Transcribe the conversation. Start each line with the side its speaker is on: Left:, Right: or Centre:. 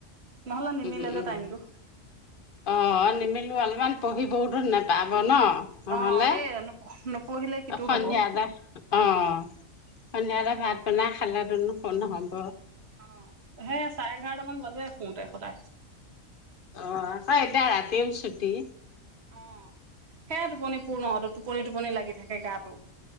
Right: নহলে নিমিলে
Left: উম
Right: যে
Left: উম
Right: টাইমটো।
Left: অ নিমিলো অলমান পঢ়িবওতো নেপ পাব ন নহ'লে
Right: অ সেই নপঢ়িলে কিটো
Left: সন্ধিয়াতে
Right: হ'ব অ
Left: অ সন্ধিয়াতে ভাত। নাখালেটোন কতনো হ'ব
Right: অ সেই চাৰে এঘাৰটামান বাজে শুওঁতে সদায়
Left: অ হয় এতিয়া ৰাতিও ছুটি
Right: অ সেয়া টোপনি পূৰ্ণহয়তো টোপনি টোপনি লাগি থাকে গাটো